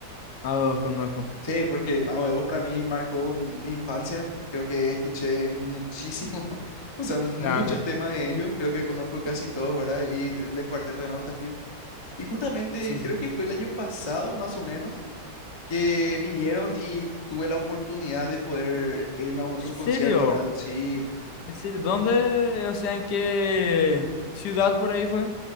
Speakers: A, on the left; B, on the left.
A: A dos conozco.
B: Sí, porque Mago de Oz para mí marcó un- mi infancia. Creo que escuché muchísimo, <laughs> o sea, muchos
A: Claro.
B: temas de ellos. Creo que conozco casi todos, ¿verdad? Y de, de Cuarteto de Nos también. Y justamente
A: Sí,
B: creo
A: sí, sí.
B: que fue el año pasado, más o menos. que vinieron y tuve la oportunidad de poder irme a un- su
A: ¿En serio?
B: concierto, ¿verdad? Sí,
A: Es decir, ¿dónde? O sea, ¿en qué ciudad por ahí fue?